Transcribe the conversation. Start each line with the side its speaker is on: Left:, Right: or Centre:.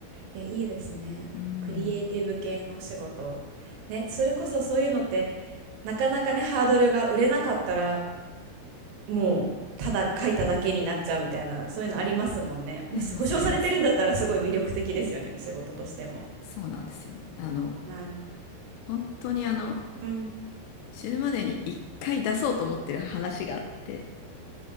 Right: や、いいですね。
Left: うん。
Right: クリエイティブ系のお仕事。ね、それこそそういうのって、なかなかね、ハードルが売れなかったら、もう、ただ書いただけになっちゃうみたいな、そういうのありますもんね。もし保証されてるんだったら、
Left: あります、あります。
Right: すごい魅力的ですよね、仕事としても。
Left: そうなんですよ。あの、
Right: なあ。
Left: 本当にあの、
Right: うん。
Left: 死ぬまでに一回出そうと思ってる話があって、